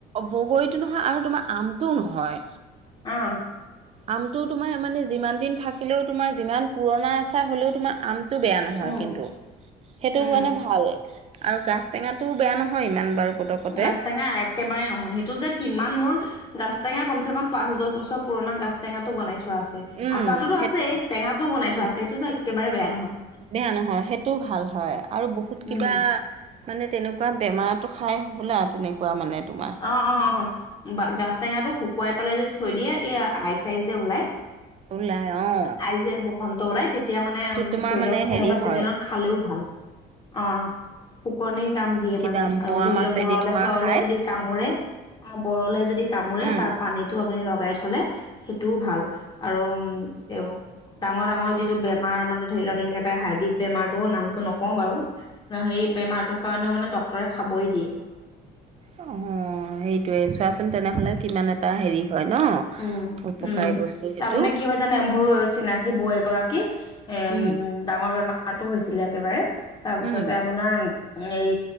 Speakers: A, on the right (about 40°); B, on the left (about 25°).
A: বগৰীটো নহয় আৰু তোমাৰ আমটোও নহয়।
B: আ।
A: আমটো তোমাৰ মানে যিমান দিন থাকিলেও তোমাৰ যিমান পুৰণা আচাৰ হ'লেও, তোমাৰ আমটো বেয়া নহ
B: উম
A: হয় কিন্তু। সেইটো
B: উম
A: কাৰণে ভাল আৰু গাছ টেঙাটো বেয়া নহয় ইমান বাৰু পতকতে
B: গাজ টেঙা এক একেবাৰে নহয়। সেইটো যে কিমান মোৰ গাছ টেঙা কমছেকম পাঁচ দস বছৰ পুৰণা গাছ টেঙাতো বনাই থোৱা আছে,
A: উম
B: আচাৰোতো টো
A: সেইটো
B: আছে এই, টেঙাটো ও বনাই
A: অ
B: থোৱা আছে সেইটো যে একেবাৰে বেয়া নহয়।
A: বেয়া নহয় সেইটোও ভাল হয় আৰু বহুত
B: উম
A: কিবা মানে তেনেকুৱা বেমাৰটো খাই হ'বলা আৰু তেনেকুৱা মানে তোমাৰ।
B: অ অ অ গাছ টেঙাটো শুকুৱাই পেলাই যদি থৈ দিয়ে, এ আই চাই যে ওলাই।
A: ওলাই অঁ
B: আই যে বসন্ত ওলাই, তেতিয়া মানে
A: তোমাৰ
B: ধৰি
A: মানে
B: লওক
A: হেৰি
B: হেনেকুৱা
A: হয়
B: চিজনত খালেও ভাল। অ শুকনি কাম দিয়ে
A: কিবা
B: মানে
A: মোৱা
B: আৰু ধৰি
A: মাছেদি
B: লওক বৰলে
A: তোমাৰ
B: চৰলে
A: খাই
B: যদি কামোৰে, অ বৰলে যদি কামোৰে
A: উম
B: তাৰ পানীটো আপুনি লগাই থলে, সেইটোও ভাল আৰু উম এই ডাঙৰ ডাঙৰ যিটো বেমাৰ মানে ধৰি লওক হাইব্ৰীড বেমাৰতো নামটো নকওঁ বাৰু, সেই বেমাৰটো কাৰণেও মানে ডক্তৰে খাবই দিয়ে।
A: অঁ সেইটোৱে, চোৱাচোন তেনেহ'লে কিমান এটা হেৰি হয় ন?
B: উম,
A: পকাই
B: উম,
A: বস্তু সেইটো
B: তাৰমানে কি হয় জানে, মোৰ চিনাকি বৌ এগৰাকী এম
A: উম
B: ডাঙৰ বেমাৰতটো হৈছিলে একেবাৰে তাৰপিছতে
A: উম
B: আপোনাৰ। এই